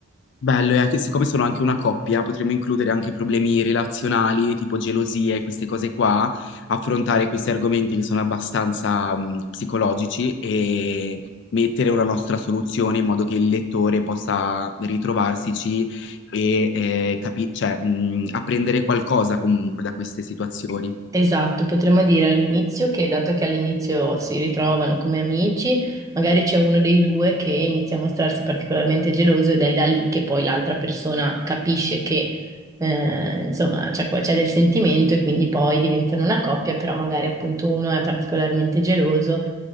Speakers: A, on the left; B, on the right.
A: Bello, è che siccome sono anche una coppia, potremmo includere anche problemi relazionali, tipo gelosie, queste cose qua, affrontare questi argomenti che sono abbastanza, mh, psicologici e mettere una nostra soluzione in modo che il lettore possa ritrovarsici e eh, capi- cioè, mh, apprendere qualcosa comunque da queste situazioni.
B: Esatto, potremmo dire all'inizio che dato che all'inizio si ritrovano come amici, magari c'è uno dei due che inizia a mostrarsi particolarmente geloso ed è da lì che poi l'altra persona capisce che eh, insomma c'è qua- c'è del sentimento e quindi poi diventano una coppia, però magari appunto uno è particolarmente geloso,